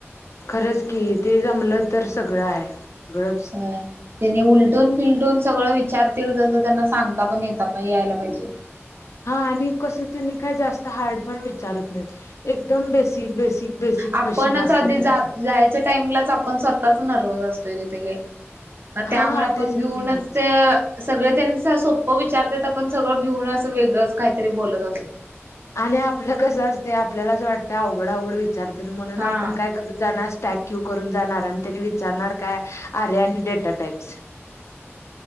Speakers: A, on the left; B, on the right.
A: खरंच की, ते जमलं तर सगळं आहे. सगळंच,
B: त्यांनी उलटून, फिलटून सगळं विचारतील तसं त्यांना सांगता पण येता पण यायला पाहिजे.
A: हा आणि कस त्यांनी काय जास्त हार्ड पण विचारत नाही, एकदम बेसिक, बेसिक बेसिक
B: आपणच
A: क्वेश्चन असतात
B: आधी
A: त्यांचे
B: जायच्या टाइमलाच आपण स्वतःच नरवस असतोय तिथे ग
A: हा
B: त्यामुळे आपण
A: त्याच्यामुळेच
B: भिऊनच ते सगळे त्यांनी सोपं विचारतात, आपण सगळं भिऊन असं वेगळंच काहीतरी बोलत असत.
A: आणि आपलं कसं असते आपल्यालाच वाटत अवघड अवघड विचारतील म्हणून
B: हा
A: आपण काय? करून जाणार स्टॅक, क्यू करून जाणार आणि त्यांनी विचारणार काय, आर्या आणि डेटा टाईप्स-